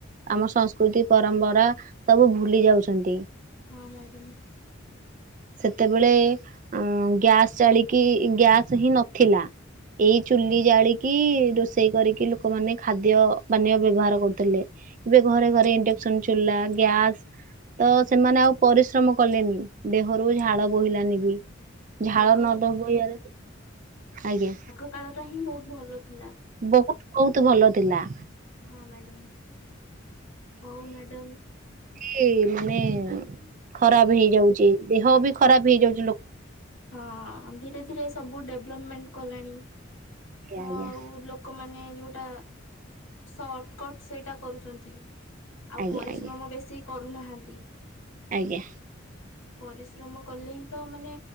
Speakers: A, on the right (about 40°); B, on the left (about 80°).
A: ଆମ ସଂସ୍କୃତି ପରମ୍ପରା ସବୁ ଭୁଲି ଯାଉଚନ୍ତି।
B: ହଁ ମ୍ୟାଡ଼ାମ୍।
A: ସେତେବେଳେ ଅ ଗ୍ୟାସ୍ ଜାଳି କି ଗ୍ୟାସ ହିଁ ନଥିଲା। ଏଇ ଚୁଲି ଜାଳିକି ରୋଷେଇ କରିକି ଲୋକମାନେ ଖାଦ୍ୟ ପାନୀୟ ବ୍ୟବହାର କରୁଥିଲେ। ଏବେ ଘରେ ଘରେ ଇଣ୍ଡକ୍ସନ ଚୁଲା ଗ୍ୟାସ ତ ସେମାନେ ଆଉ ପରିଶ୍ରମ କଲେନି ଦେହରୁ ଝାଡ ବୋହିଲାନି ବି। ଝାଳ
B: ଆଗ
A: ନଦବ ବୋଇଆରେ ଆଜ୍ଞା।
B: ସକାଳ ଟା ହିଁ ବହୁତ ଭଲ ଥିଲା।
A: ବହୁତ ବହୁତ ଭଲ ଥିଲା।
B: ହଁ ମ୍ୟାଡ଼ମ୍ ହଉ ମ୍ୟାଡମ।
A: କି ମାନେ ଖରାପ ହେଇଯାଉଚି। ଦେହ ବି ଖରାପ ହେଇଯାଉ
B: ହଁ ଧୀରେ ଧୀରେ ସବୁ ଡେଭଲପମେଣ୍ଟ କଲାଣି। ତ
A: ଆଜ୍ଞା
B: ଆଉ ଲୋକମାନେ ଯୋଉଟା ସର୍ଟକଟ ସେଇଟା କରୁଚନ୍ତି। ଆଉ
A: ଆଜ୍ଞା
B: ପରିଶ୍ରମ
A: ଆଜ୍ଞା
B: ବେଶୀ କରୁନାହାନ୍ତି?
A: ଆଜ୍ଞା।
B: ପରିଶ୍ରମ କଲେ ହିଁ ତ ମାନେ